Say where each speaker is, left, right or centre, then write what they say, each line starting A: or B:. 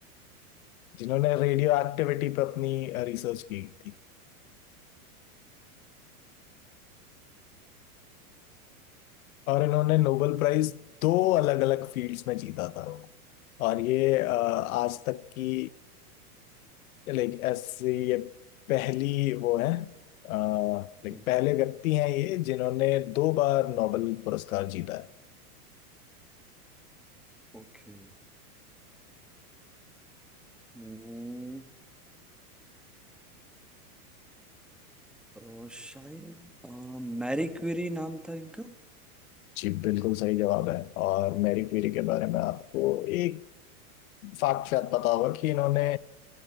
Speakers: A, on the left; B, in the centre.
A: जिन्होंने रेडियो एक्टिविटी पर अपनी रिसर्च की थी और इन्होंने नोबेल प्राइज दो अलग अलग फील्ड्स में जीता था और ये अ, आज तक की लाइक ऐसे ये पहली वो है लाइक
B: हम्म,
A: पहले व्यक्ति हैं ये जिन्होंने दो बार नोबेल पुरस्कार जीता है
B: ओके हम्म, तो शायद मैरी क्यूरी नाम था इनका
A: जी बिल्कुल सही जवाब है और मैरी क्यूरी के बारे में आपको एक फैक्ट शायद पता होगा कि इन्होंने